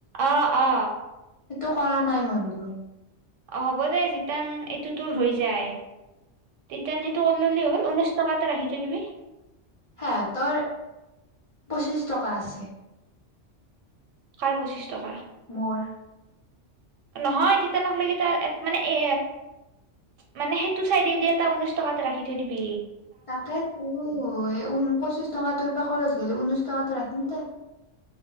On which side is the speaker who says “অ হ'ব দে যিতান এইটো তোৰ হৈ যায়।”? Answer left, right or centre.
Right